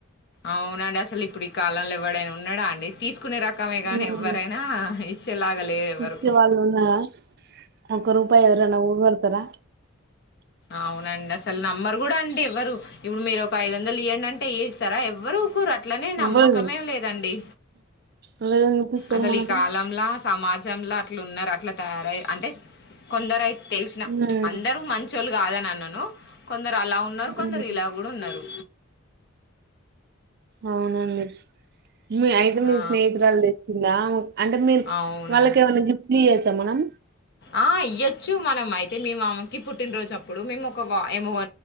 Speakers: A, on the left (about 55°); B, on the right (about 50°).
A: అవునండి అసలు ఇప్పుడు ఈ కాలంలో ఎవ్వడైనా ఉన్నాడా అండి తీసుకు తీసుకునే రకమే గానీ
B: ఉమ్,
A: ఎవ్వరైనా ఇచ్చేలాగ లేరు ఎవరు
B: ఇచ్చే వాళ్ళు ఉన్నారా ఒక <unintelligible>
A: అవునండి అసలు నమ్మరు కూడా అండి ఎవ్వరు ఇప్పుడు మీరు ఒక ఐదు వందలు ఇవ్వండి అంటే ఇ ఇస్తారా ఎవరు అట్లనే నమ్మకమే
B: ఎవ్వరు
A: లేదండి
B: ఎవరెందుకు ఇస్తారు
A: అసలు
B: మనకు
A: ఈ కాలంలా సమాజంలో అట్లు ఉన్నారు అట్లా తయారయ అంటే కొందరైతే తెలిసిన
B: ఉమ్,
A: అందరూ మంచి కాదని అన్నను కొంద అలా ఉన్నారు కొందరు
B: ఉమ్,
A: ఇలా కూడా ఉన్నారు.
B: అవునండి మీ అయితే మీ
A: ఆ
B: స్నేహితురాలు తెచ్చిందా అంటే మీరు
A: అవునండి.
B: వాళ్ళకి ఏమైనా గిఫ్ట్లు ఇయొచ్చా మనం?
A: ఆ ఇయ్యొచ్చు మనం అయితే మ మామకి పుట్టినరోజు అప్పుడు మేము ఒక ఏమో